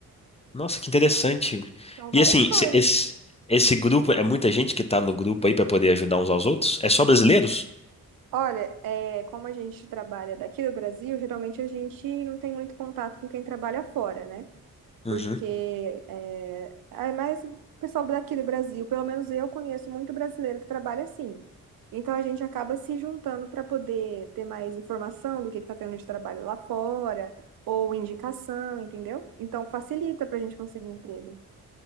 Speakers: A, on the left; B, on the right.
A: nossa, que interessante.
B: São várias
A: E assim,
B: coisas.
A: se- esse, esse grupo, é muita gente que tá no grupo aí pra poder ajudar uns aos outros? É só brasileiros?
B: Olha, é, como a gente trabalha daqui do Brasil, geralmente a gente não tem muito contato com quem trabalha fora, né?
A: Uhum.
B: porque é, é mais o pessoal daqui do Brasil, pelo menos eu conheço muito brasileiro que trabalha assim. Então a gente acaba se juntando para poder ter mais informação do que está tendo de trabalho lá fora, ou indicação, entendeu? Então facilita para a gente conseguir um emprego.